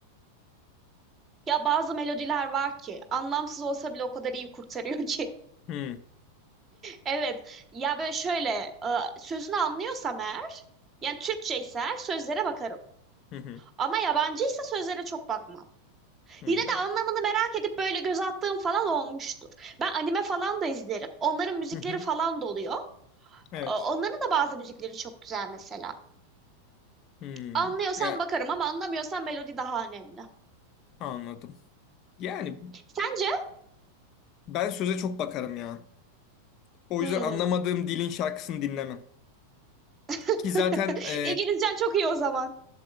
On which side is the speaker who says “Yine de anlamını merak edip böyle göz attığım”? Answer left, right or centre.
Right